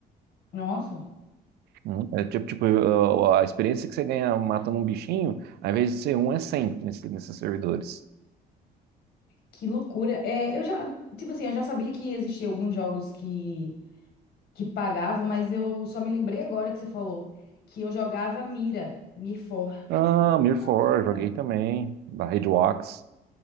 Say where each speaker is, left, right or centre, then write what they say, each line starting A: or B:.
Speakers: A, on the left; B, on the right.
A: nossa,
B: Hum, é tipo, tipo, ah, a experiência que você ganha matando um bichinho, ao invés de ser um, é 100 nesse- nesses servidores.
A: que loucura. É, eu já, tipo assim, eu já sabia que existiam alguns jogos que que pagavam, mas eu só me lembrei agora que você falou que eu jogava Mira, Mir 4,
B: Ah,
A: Mir
B: Mirror
A: 4,
B: 4, joguei
A: sabe?
B: também, da Red Wax.